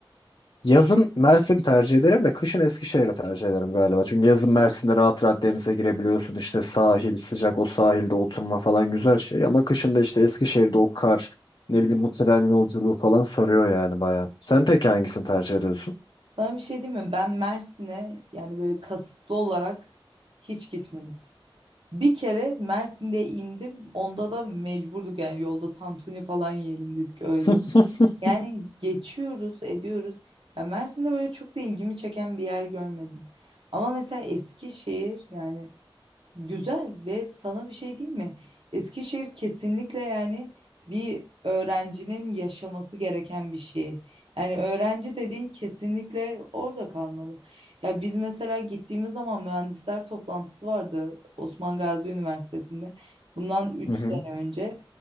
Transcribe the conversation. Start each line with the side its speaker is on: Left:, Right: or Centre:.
Left: Yazın Mersin tercih ederim de kışın Eskişehir'i tercih ederim galiba. Çünkü yazın Mersin'de rahat rahat denize girebiliyorsun. İşte sahil sıcak o sahilde oturma falan güzel şey. Ama kışın da işte Eskişehir'de o kar ne bileyim o tren yolculuğu falan sarıyor yani bayağı. Sen peki hangisini tercih ediyorsun?
Right: Sana bir şey diyeyim mi? Ben Mersin'e yani böyle kasıtlı olarak hiç gitmedim. Bir kere Mersin'de indim. Onda da mecburduk yani yolda tantuni falan yiyelim dedik öyle.
Left: <laughs>
Right: Yani geçiyoruz, ediyoruz. Ya Mersin'de böyle çok da ilgimi çeken bir yer görmedim. Ama mesela Eskişehir yani Güzel ve sana bir şey diyeyim mi? Eskişehir kesinlikle yani bir öğrencinin yaşaması gereken bir şey. Yani öğrenci dediğin kesinlikle orada kalmalı. Ya biz mesela gittiğimiz zaman mühendisler toplantısı vardı Osman Gazi Üniversitesi'nde. Bundan üç
Left: Hı hı.
Right: sene önce.